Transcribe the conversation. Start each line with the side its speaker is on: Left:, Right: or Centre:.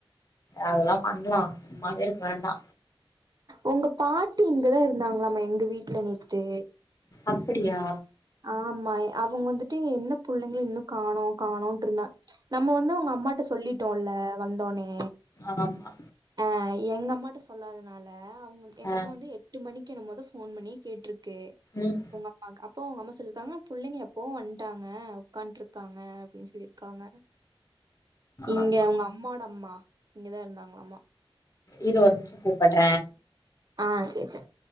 Left: அதெல்லா பண்லா சும்மாவே இருக்கு வேண்டா
Right: உங்க பாட்டி இங்கதா இருந்தாங்களாம எங்க வீட்ல நேத்து
Left: அப்பிடியா
Right: ஆமா அவங்க வந்துட்டு என்ன புள்ளைங்கள இன்னு காணோ காணோட்டுறுந்த நம்ம வந்து உங்க அம்மாட்ட சொல்லிட்டோல்ல வந்தோனே
Left: ஆமா
Right: அ எங்க அம்மாட்ட சொல்லாதனால அவங்க எங்க
Left: ஆ
Right: அம்மா வந்து எட்டு மணிக்கு என்னமோதா ஃபோன் பண்ணி கேட்ருக்கு கே
Left: ம்
Right: உங்கம்மாக்கு அப் போ உங்க அம்மா சொல்லியிருக்காங்க புள்ளைங்க எப்பவு வன்ட்டாங்க உக்கான்ருக்காங்க அப்டின்னு சொல்லியிருக்காங்க இங்க
Left: ஆமா
Right: அவங்க அம்மோட அம்மா இங்கதா இருந்தாங்களாமா
Left: இரு ஒரு நிமிஷம் கூப்பட்ற
Right: ஆ செர் செர்